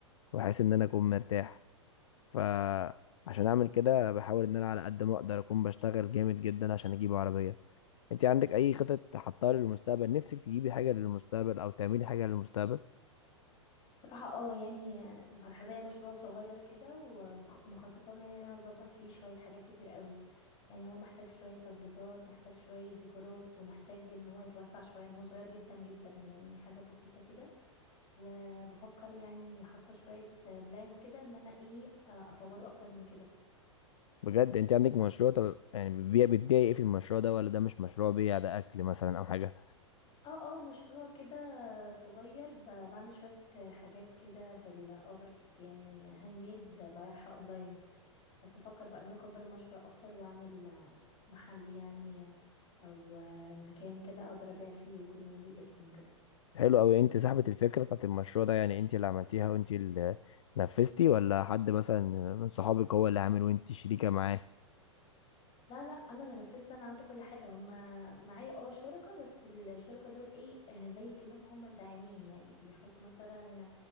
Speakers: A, on the left; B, on the left.
A: واحس ان انا اكون مرتاح فعشان اعمل كده بحاول ان انا على قد ما اقدر اكون بشتغل جامد جدا عشان اجيب عربية انت عندك اي خطط حطها للمستقبل نفسك تجيبي حاجه للمستقبل او تعملي حاجه للمستقبل
B: صراحة اه يعني انا فاتحة زي مشروع صغير كده ومخططه له يعني ان انا اظبط فيه شوية حاجات كتير قوي يعني هو محتاج شوية تظبيطات محتاج شوية ديكورات ومحتاج ان هو يتوسع شوية ان هو صغير جدا جدا يعني حاجة بسيطة كده وبفكر يعني حاطة شوية بلانز كده ان انا ايه آه، اطوره اكتر من كده
A: بجد انت عندك مشروع طب يعني بتبيع بتبيعي ايه في المشروع ده ولا ده مش مشروع بيع ده اكل مثلا او حاجه
B: اه اه مشروع كده صغير ب- بعمل شوية حاجات كده بالارتس يعني هاند ميد ببيعها اونلاين بس بفكر بقى ان أنا اكبر المشروع اكتر واعمل آه، محل يعني آه، او آه، مكان كده اقدر ابيع فيه ويكون ليه اسمه كده
A: حلو قوي انت صاحبه الفكره بتاعت المشروع ده يعني انت اللي عملتيها وانت اللي نفذتي ولا حد مثلا من صحابك هو اللي عامل وانت شريكه معاه
B: لا لا انا اللي نفذت انا عملت كل حاجه هما معايا اه شركاء بس الشركاء دول ايه آه، زي كأنهم هما الداعمين يعني بيحطوا مثلا